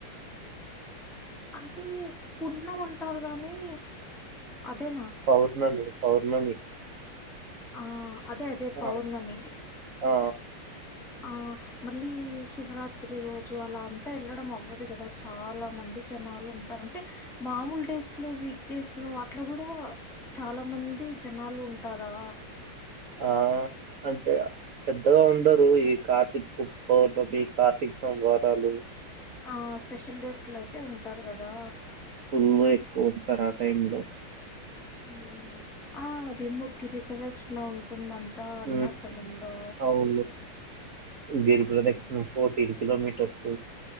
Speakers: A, in the centre; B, on the right.
A: అంటే పున్నం అంటారు గానీ అదే
B: పౌర్ణమి పౌర్ణమి
A: ఆ అదే అదే పౌర్ణమి
B: ఆ ఆ
A: ఆ మళ్ళీ శివరాత్రి రోజు అలా అంతా వెళ్ళడం అవ్వదు కదా, చాలా మంది జనాలు ఉంటారు. అంటే మామూలు డేస్ లో వీక్ డేస్ లో అట్లా కూడా చాలా మంది జనాలు ఉంటారా
B: ఆ అంటే పెద్దగా ఉండరు. ఈ కార్తీక్ పౌర్ణమి కార్తీక్ సోమవారాలు
A: ఆస్ స్పెషల్ డేక్స్ లో అయితే ఉంటారు కదా
B: ఉన్మా ఎక్కువ ఉంటారు ఆ టైమ్ లో
A: హ్మ్ ఆ అదేందో గిరి ప్రదక్షిణ ఉంటుందన్ ట్టా అరుణాచలంలో
B: ఉమ్ అవును
A: హ్మ్
B: గిరి ప్రదక్షిణ ఫోర్టీన్ కిలోమీటర్స్